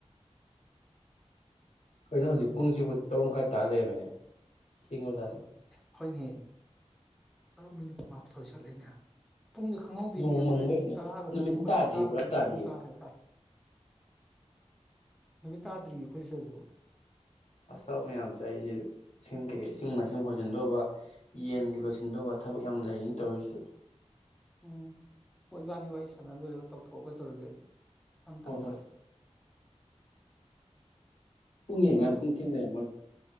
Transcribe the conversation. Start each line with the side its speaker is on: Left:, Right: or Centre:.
Left: ꯀꯩꯅꯣ ꯍꯧꯖꯤꯛ ꯄꯨꯡꯁꯤꯕꯨ ꯇꯔꯨꯛ ꯃꯈꯥꯏ ꯇꯂꯦ ꯃ ꯊꯤꯉꯣꯖꯦ
Centre: ꯍꯅꯤꯦ ꯇꯔꯨꯛ ꯃꯤꯅꯤꯠ ꯀꯨꯃ ꯃꯥꯊꯣꯏ ꯆꯠꯂꯤꯅꯦ ꯄꯨꯡꯗꯤ ꯈꯪꯍꯧꯗꯣꯏꯅꯤ
Left: ꯅꯣꯡ
Centre: ꯑꯗꯨꯅ
Left: ꯃꯪꯕꯩ
Centre: ꯄꯨꯡ ꯇꯔꯥꯒꯁꯤꯗꯤ
Left: ꯅꯨꯃꯤꯠꯇꯤ
Centre: ꯑꯩꯈꯣꯏ
Left: ꯇꯥꯗ꯭ꯔꯤꯌꯦ
Centre: ꯆꯥꯛ ꯆꯥꯕꯗꯗꯤ
Left: ꯄꯨꯔꯥ ꯇꯥꯗ꯭ꯔꯤꯌꯦ
Centre: ꯄꯨꯡ ꯇꯔꯥ ꯍꯥꯏꯦ ꯇꯥꯏ ꯅꯨꯃꯤꯠ ꯇꯥꯗ꯭ꯔꯤꯌꯦ ꯑꯩꯈꯣꯏ ꯁꯤ ꯁꯤꯗꯁꯨ
Left: ꯑꯁ ꯃꯌꯥꯝ ꯆꯥꯏꯁꯤ ꯏꯁꯤꯡ ꯀꯩꯀ ꯏꯁꯤꯡ ꯃꯥꯏ ꯏꯁꯤꯡ ꯍꯣꯏꯖꯤꯟꯗꯧꯕ ꯌꯦꯟꯒꯤ ꯂꯣꯏꯁꯤꯟꯗꯧꯕ ꯊꯕꯛ ꯌꯥꯝ ꯂꯩꯔꯤꯅ ꯇꯧꯔꯤꯁꯨ
Centre: ꯎꯝ ꯍꯣꯏ ꯏꯕꯥꯅꯤ ꯋꯥꯔꯤ ꯁꯥꯟꯅ ꯂꯣꯏꯔꯒ ꯇꯧꯊꯣꯛꯑꯒ ꯇꯔꯒ ꯇꯝ
Left: ꯍꯣꯏ
Centre: ꯇꯝꯅ
Left: ꯍꯣꯏ ꯄꯨꯨꯡꯉꯤ ꯌꯦꯛꯀꯟ ꯄꯨꯨꯡꯊꯦꯛꯂꯩꯔꯝꯕ